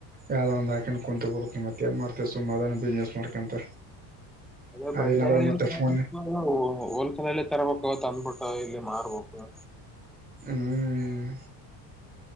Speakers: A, on the right (about 20°); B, in the centre.
A: ಯಾವ್ದಂದಂದು ಹಾಕೊಂಡ್ ಕುಂತ ಬರುತ್ತೆ ಮತ್ತೆ ಏನ್ ಮಾಡ್ತವಿ ಸುಮ್ಮ ಅದಾನ ಬಿಸ್ನೆಸ್ ಮಾಡ್ಕೊಂತ
B: ಅದೇ
A: ಅದೇನಾದ್ರ
B: ಬಡ್ ಅಂಗ
A: ಮತ್ತೆ ಫೋನ್
B: ಹೋಲ್ಸೆಲ್ಲ್ಲ ತರಬೇಕ ಅವತ್ ಅಂದ್ಬಿಟ್ಟು ಲ್ಲಿ ಮಾರ್ಬೇಕೋಕ
A: ಹ್ಮ್